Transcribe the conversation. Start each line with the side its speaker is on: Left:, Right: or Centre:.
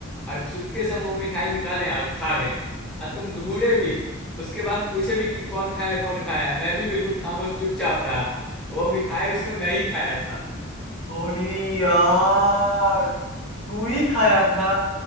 Centre: और चुपके से हम वो मिठाई निकाले और खा गए और तुम ढूंढे भी उसके बाद पूछे भी कि कौन खाया कौन खाया मैं भी बिल्कुल खामोश चुपचाप रहा वो मिठाई उसमें मैं ही खाया था
Left: अरे यार तू ही खाया था